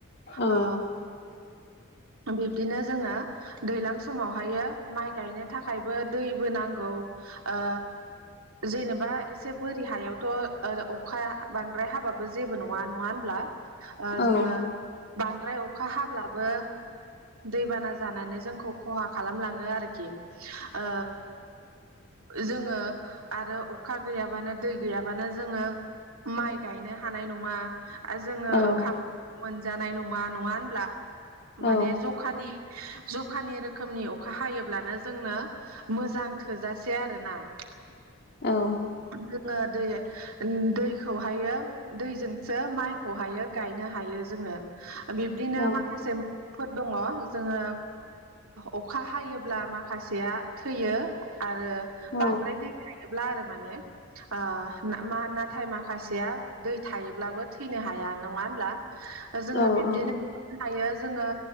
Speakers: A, on the left; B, on the right.
A: औ
B: ओ बिब्दिनो जोङो दैलां स समाव हायो माइ गायनो थाखायबो दैबो नांगौ ओ जेनेबा एसे बोरि हायावथ ओ अखा बांद्राय हाबाबो जेबो नङा नङा होनब्ला?
A: औ
B: जोङो बांद्राय अखा हाब्लाबो दै बाना जानानै जोंखौ खहा खालाम लाङो आरोखि ओ जोङो आरो अखा गैया बानो दै गैयाबानो जोङो माइ गायनो हानाय नङा । ओ जोङो
A: औ
B: ओंखाम मोनजानाय नङा नङा होनब्ला
A: औ
B: माने जखानि जखानि रोख रोखोमनि अखा हायोब्लानो जोंनो मोजां थोजासे आरोना ।
A: औ ।
B: जोङो दै दैखौहायो दैजोंसो माइखौहायो गायनो हायो । जोंनो बिब्दिनो
A: औ
B: माखासे <inaudible> फोर दङ जोङो ओ अखा हायोब्ला माखासेया थैयो आरो
A: औ
B: बांद्राय दै थायोब्ला आरो माने ओ मा नाथाय माखासेया दै थायोब्लाबो थैनो हाया नङा होनब्ला? जोङो
A: औ
B: बिब्दिनो
A: औ
B: हायो जोङो